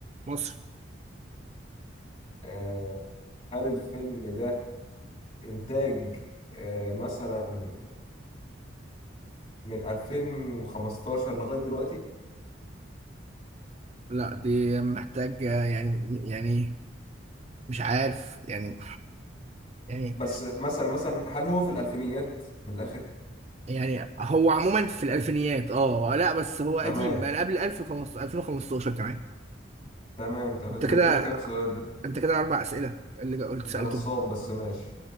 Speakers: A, on the right; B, on the left.
A: مصري
B: آه، هل الفيلم ده إنتاج آه، مثلا من 2015 لغاية دلوقتي
A: لا دي محتاج يعني يعني مش عارف يعني يعني
B: بس مثلا مثلا هل هو في الألفينيات من الآخر
A: يعني هو عموما في الالفينيات اه لا بس هو قديم
B: تمام
A: انا قبل 1015 2015 كمان
B: تمام تمام
A: انت
B: ده
A: كده
B: كده كام سؤال ده
A: انت كده اربع اسئله اللي قلت
B: أنت
A: سالتهم
B: نصاب بس ماشي